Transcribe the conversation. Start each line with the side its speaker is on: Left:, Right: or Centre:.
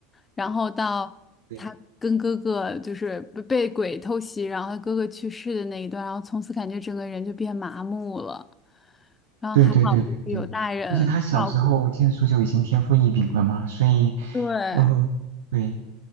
Left: 然后到他跟哥哥就是被被鬼偷袭，
Right: 对
Left: 然后他哥哥去世的那一段，然后从此感觉整个人就变麻木了，然后还好就是有大人照顾。
Right: 对对对对对，而且他小时候剑术就已经天赋异禀了嘛，所以，
Left: 对，
Right: 嗯，对，